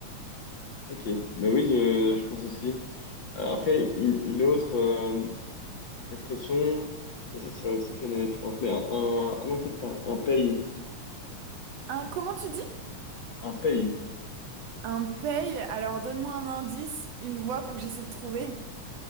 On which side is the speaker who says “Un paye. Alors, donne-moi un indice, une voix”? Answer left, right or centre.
Right